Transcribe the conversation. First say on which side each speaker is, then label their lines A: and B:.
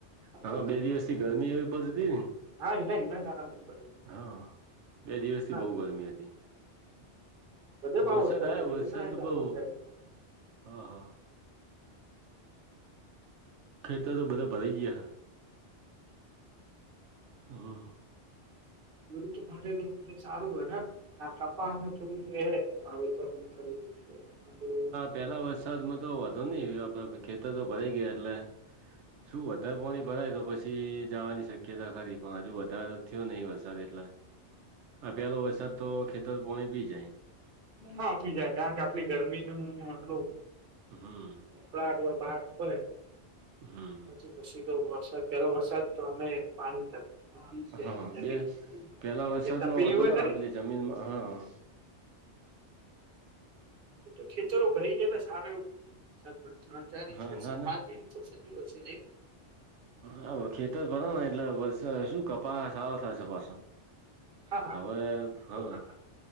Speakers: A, on the right; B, on the right.
A: આપણે
B: હા
A: કાંઈક
B: બે દિવસ
A: થતું
B: થી ગરમી
A: હતું
B: એવી પડતી હતી ને
A: હા એટલે <unintelligible>
B: હા બે દિવસથી બહુ
A: થાય
B: ગરમી હતી
A: બધે પાવ
B: વરસાદ આયો
A: પડે
B: વરસાદ
A: એવું ના હોય કે
B: બહુ
A: આખો સાઈડ જ
B: હ હા ખેતરો બધા ભરાય ગયા હમ્મ
A: ખેડૂતી માટે સારું હોય ને આ કપામાં થોડી વ આવે <unintelligible>
B: પેલા વરસાદમાં તો વધો નહ ખેતર તો ભરા ગયા એટલે શું વધારે પાણી ભરાય તો પછી પછી જવાની શક્યતા ખરી પણ હજુ વધારે થયો નહી વરસાદ એટલે આ પેલો વરસાદ તો ખેતર પોણી પી જાય
A: હાંફી જાયે કારણ કે આટલી ગરમીનું આટલું
B: હમ
A: કળટ હોય ભાટ હોય
B: હમ્મ
A: પછી પછી તો વરસાદ પેલો વરસાદ તો અમે પાણી થ જાય
B: હા
A: જમીન
B: બે પેલા વરસાદમાં
A: કાર તપેલી
B: વધો
A: હોય
B: ના
A: ખરી
B: આપેલી જમીનમાં હા
A: તો ખેતરો ભરી ગયા સારું એવું ત્રણ ચાર
B: હા
A: ઇં
B: ના
A: પાંચ ઇંચ સુધી હોય છે ને એ
B: હ ખેતર ભરા ને એટલે વરસા હુ કપાસ હારો થશે પાછો
A: હા હા
B: હવે હા
A: છોટા